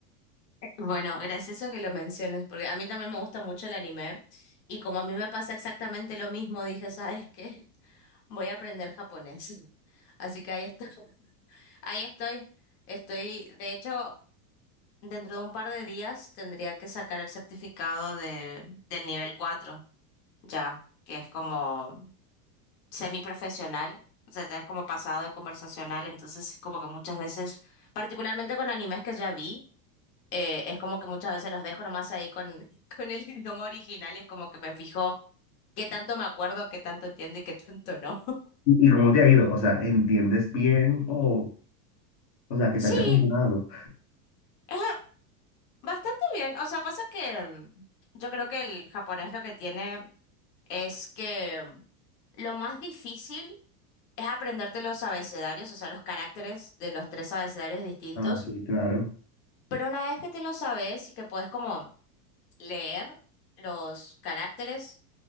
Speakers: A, on the left; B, on the left.
A: Bueno, gracioso que lo menciones, porque a mí también me gusta mucho el anime y como a mí me pasa exactamente lo mismo, dije, ¿sabes qué? Voy a aprender japonés. <laughs> Así que ahí estoy. <laughs> Ahí estoy. Estoy, de hecho, dentro de un par de días tendría que sacar el certificado de, del nivel 4 ya, que es como semiprofesional. O sea, ya es como pasado de conversacional. Entonces, es como que muchas veces, particularmente con animes que ya vi, eh, es como que muchas veces los dejo nomás ahí con, <laughs> con el idioma original y es como que me fijo qué tanto me acuerdo, qué tanto entiendo y qué tanto no.
B: ¿Y, y cómo te ha ido? O sea, ¿entiendes bien o, o sea, qué
A: <laughs>
B: tal te ha funcionado?
A: Sí. <laughs> Bastante bien, o sea, pasa que mm, yo creo que el japonés lo que tiene es que mm, lo más difícil es aprenderte los abecedarios, o sea, los caracteres de los tres abecedarios distintos,
B: Ah, sí, claro.
A: pero una vez que te lo sabes y que puedes como leer los caracteres,